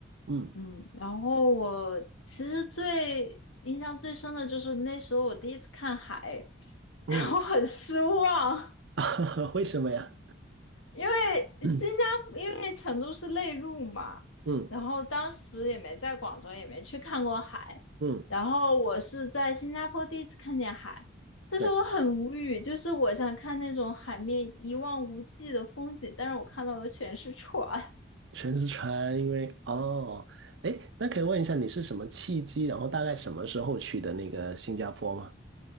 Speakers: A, on the right (about 65°); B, on the left (about 80°).
A: 嗯
B: 嗯，然后我其实最印象最深的就是那时候我第一次看海，<laughs>
A: 嗯，
B: 然后很失望。
A: <laughs> 为什么呀？
B: 因为新加坡，
A: <clears throat> 嗯
B: 因为成都是内陆嘛，
A: 嗯
B: 然后当时也没在广州，也没去看过海，
A: 嗯，
B: 然后我是在新加坡第一次看见海，但是我很无语，
A: 对。
B: 就是我想看那种海面一望无际的风景，但是我看到的全是船。<laughs>
A: 全是船，因为哦，哎，那可以问一下你是什么契机，然后大概什么时候去的那个新加坡吗？